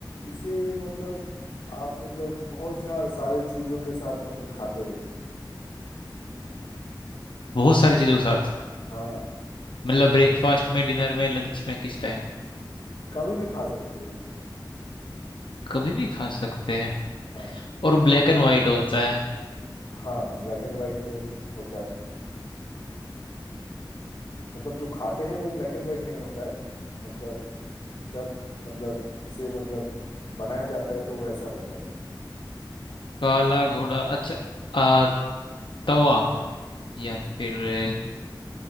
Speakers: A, on the left (about 70°); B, on the left (about 85°).
A: इसे मतलब आप मतलब बहुत सा- सारे चीजों के साथ मतलब खाते हैं
B: बहुत सारी चीजों के साथ
A: हाँ
B: मतलब ब्रेकफास्ट में डिनर में लंच में किस टाइम
A: कभी भी खा सकते हो मतलब
B: कभी भी खा सकते हैं
A: हाँ
B: और ब्लैक एंड व्हाइट होता है
A: हाँ ब्लैक एंड वाइट तो होता है मतलब जो खाते हैं वो ब्लैक एंड वाइट नहीं होता है मतलब जब मतलब इसे मतलब बनाया जाता है तो वैसा होता है
B: काला घोड़ा अच्छा आ, तवा या फिर अ,